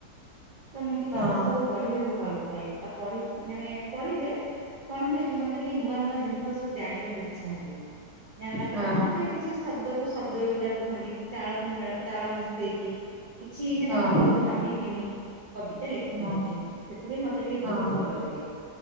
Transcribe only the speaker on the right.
ତ ମୁଁ ଟିକେ
ସେ ସବୁ ପଢିବାକୁ ଭଲ ପାଏ ଆଉ ପଢି ମାନେ ପଢିଲେ କଣ ହୁଏ କି ମତେ ଟିକେ ନୂଆ ନୂଆ ଜିନିଷ ଜାଣିଲା ପରେ
ଆମେ କିଛି ଶବ୍ଦକୁୁ ଶବ୍ଦ ଯୋଉଟା କୁହନ୍ତି କି ତାଳକୁ ମେଳ ତାଳ ମିଶେଇକି କିଛି ମାନେ
ମନରୁ ଭାବିକିଣି କବିତା ଲେଖି
ପାରିଥାଏ ସେଥିପାଇଁ ମତେ ଟିକେ
ବହୁତ ଭଲ ଲାଗେ